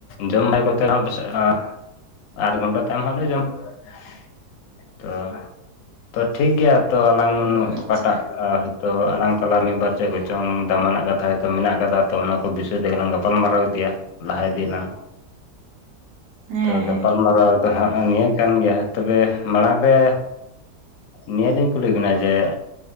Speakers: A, on the left; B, on the right.
A: ᱡᱚᱢ ᱵᱟᱭ ᱠᱚᱛᱮ ᱦᱚ ᱯᱟᱥᱮ ᱦ ᱟᱴ ᱜᱷᱚᱱᱴᱟ ᱛᱟᱭᱚᱢ ᱦᱟᱸ ᱞᱮ ᱡᱚᱢ ᱾ ᱛᱚ ᱛᱚ ᱴᱷᱤᱠ ᱜᱮᱭᱟ ᱛᱚ ᱟᱞᱟᱝ
B: ᱟᱪᱪᱷᱟ
A: ᱚᱠᱟ ᱴᱟᱜ ᱛᱚ ᱟᱞᱟᱝ ᱛᱟᱞᱟ ᱢᱤᱫ ᱵᱟᱨ ᱪᱮᱫ ᱠᱚᱪᱚᱝ ᱫᱟᱢᱟᱱᱟᱜ ᱠᱟᱛᱷᱟ ᱦᱚᱛᱚ ᱢᱮᱱᱟᱜ ᱟᱠᱟᱫᱟ ᱛᱚ ᱚᱱᱟ ᱠᱚ ᱵᱤᱥᱚᱭ ᱛᱮ ᱜᱮ ᱞᱟᱝ ᱜᱟᱯᱟᱞ ᱢᱟᱨᱟᱣ ᱤᱫᱤᱭᱟ ᱞᱟᱦᱟ ᱤᱫᱤᱭᱟᱞᱟᱝ
B: ᱦᱮᱸ
A: ᱛᱚ
B: ᱦᱮᱸ
A: ᱜᱟᱯᱟᱞ ᱢᱟᱨᱟᱣ ᱫᱚ ᱦᱟᱸᱜ ᱱᱤᱭᱟᱹ ᱠᱟᱱ ᱜᱮᱭᱟ ᱦᱮᱸ ᱛᱚᱵᱮ ᱢᱟᱲᱟᱝ ᱨᱮ ᱱᱤᱭᱟᱹᱞᱤᱧ ᱠᱩᱞᱤ ᱵᱤᱱᱟ ᱡᱮ